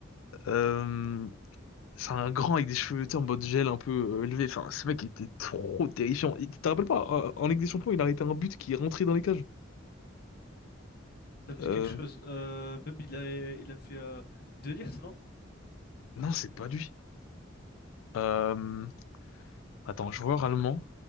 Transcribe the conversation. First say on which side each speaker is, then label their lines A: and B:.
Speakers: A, on the left; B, on the left.
A: Euh, C'est un grand avec des cheveux, tu sais, en mode gel un peu euh, élevé. Enfin, ce mec était trop terrifiant. Et Tu te rappelles pas, euh, en Ligue des Champions, il a arrêté un but qui est rentré dans les cages.
B: Ça me dit
A: Euh,
B: quelque chose. Euh, même il a, il a fait euh, De Ligt, non?
A: non, c'est pas lui. Euh, attends, joueur allemand,